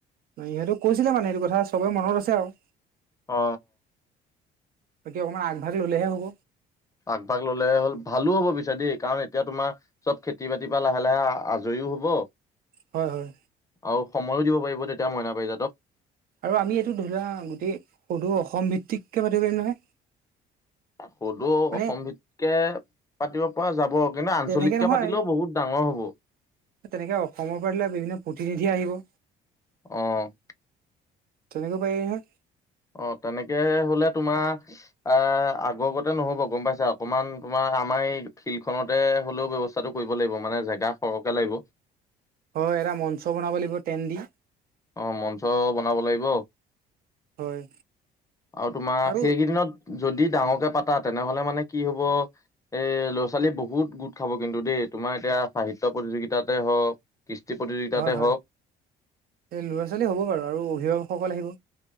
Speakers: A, on the right; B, on the left.
A: সিহঁতেও কৈছিলে মানে এইটো কথা, চবৰে মনত আছে আৰু।
B: অ,
A: বাকী অকমান আগভাগ ল'লে হে হ'ব।
B: আগভাগ ল'লে হ'ল, ভালো হ'ব পিছে দেই কাৰণ, এতিয়া তোমাৰ চ'ব খেতি বাতিৰ পৰা লাহে, লাহে আজৰিও হ'ব।
A: হয়, হয়।
B: আৰু সময়ো দিব পাৰিব, তেতিয়া মইনা পাৰিজাতক।
A: আৰু আমি এইটো ধৰি লোৱা, গোটেই সদৌ অসম ভিত্তিককে পাতিব পাৰিম নহয়।
B: সদৌ
A: মানে
B: অসম ভিত্তিকে পাতিব পৰা যাব কিন্তু আঞ্চলিককে
A: তেনেকে নহয়
B: পাতিলেও বহুত ডাঙৰ হ'ব।
A: তেনেকে অসমৰ পৰা ধৰি লোৱা, বিভিন্ন প্ৰতিনিধি আহিব।
B: অ,
A: তেনেকৈ পাৰি নহয়।
B: অ, তেনেকে হ'লে তোমাৰ অ, আগবতে নহ'ব, গম পাইছা অকনমান তোমাৰ আমাৰ এই ফিল্ড খনতে হ'লেও ব্যৱস্থা ব্যবস্থাটো কৰিব লাগিব মানে, জেগা সৰহকে লাগিব।
A: হয়, এটা মঞ্চ বনাব লাগিব তেন্ত দি।
B: অ, মঞ্চ বনাব লাগিব,
A: হয়
B: আৰু তোমাৰ
A: আৰু
B: সেইকেইদিনত যদি ডাঙৰকে পাতা, তেনেহ'লে মানে কি হ'ব। এ, ল'ৰা-ছোৱালীয়ে বহুত গোট খাব কিন্তু দেই, তোমাৰ এতিয়া সাহিত্য প্ৰতিযোগিতাতে হ'ওক। কৃষ্টি প্ৰতিযোগিতাতে
A: হয় হয়
B: হ'ওক।
A: এই ল'ৰা- ছোৱালী হ'ব বাৰু আৰু অভিভাৱকসকল আহিব।